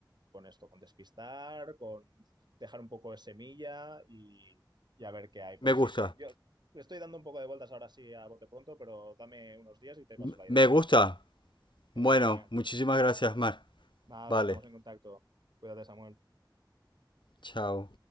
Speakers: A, on the right; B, on the left.
A: con esto, con despistar, con dejar un poco de semilla y, y a ver qué hay. Pero
B: Me
A: sí,
B: gusta.
A: sí, yo... Le estoy dando un poco de vueltas ahora sí a bote pronto, pero dame unos días y te paso
B: M-
A: la idea.
B: Me gusta.
A: Genial,
B: Bueno,
A: genial.
B: muchísimas gracias, Mark.
A: Nada,
B: Vale.
A: estamos en contacto. Cuídate, Samuel.
B: Chao.